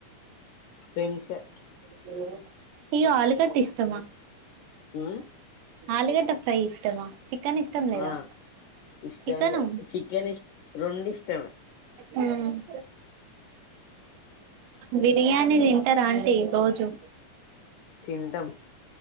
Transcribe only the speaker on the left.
ఫ్రెంచ్ ఏ
ఆ
ఆ ఇష్టం
లే చికెన్ ఇష్ట రెండు ఇష్టమే
తింటాం